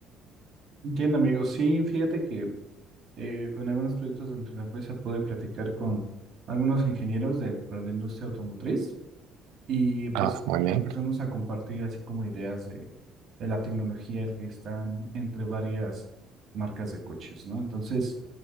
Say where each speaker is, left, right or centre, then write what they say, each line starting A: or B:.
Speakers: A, on the right (about 55°); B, on the right (about 80°).
A: Entiendo, amigos. Sí, fíjate que eh, en algunos proyectos dentro de la empresa pude platicar con algunos ingenieros dentro de la industria automotriz y pues
B: Ah, muy bien.
A: empezamos a compartir así como ideas de, de la tecnología que están entre varias marcas de coches, ¿no? Entonces,